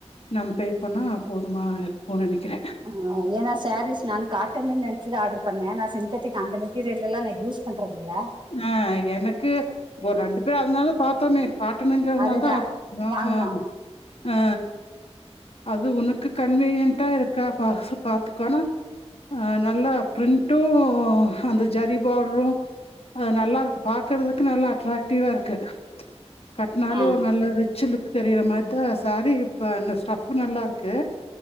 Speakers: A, on the left; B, on the right.
A: நம் பே பண்ணா போதுமா கோ நெனைக்கிற
B: ஆ ஏனா சேரீஸ் நா காட்டனுன் நென்ச்சுதா ஆடரு பண்ண நா சிந்தட்டிக் அந்த மெட்டீரியல் எல்லா நா யூஸ் பண்றதில்ல
A: ஆ எனக்கு ஒரு ரெண்டு பேர் அதனால பாத்தொனே கா ட்டனுங்கரதுனால்தா
B: அதுதா
A: அ
B: வாங்கனா
A: அ அ அது உனக்கு கன்வீனியன்டா இருக்கா பா பாத்துக்கோனா அ நல்லா ப்ரிண்ட்டு அந்த ஜரி பாட்ரு அது நல்லாருக்கு பாக்கறதுக்கு நல்லா அட்ராக்டிவா இருக்கு கட்னாலே
B: ஆ
A: ஒரு நல்ல ரிச்சு லுக் தெரியிற மார்தா சேரீ இப்ப ந ஸ்டஃப் ப்பு நல்லாருக்கு